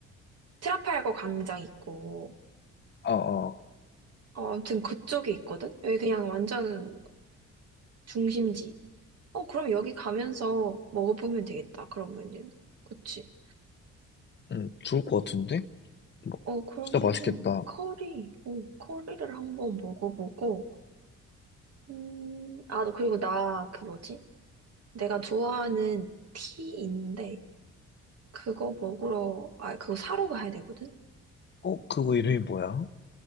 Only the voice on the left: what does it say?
아, 아.
응, 좋을 것 같은데? 뭐,
진짜 맛있겠다.
어, 그거 이름이 뭐야?